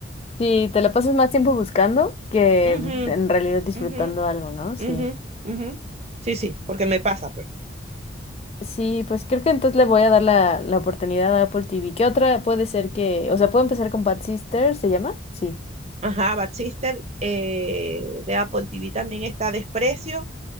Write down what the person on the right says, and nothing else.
Ujú,
ujú,
ujú, ujú. Sí, sí, porque me pasa, pues.
Ajá, Bad Sister eh, de Apple TV también está Desprecio,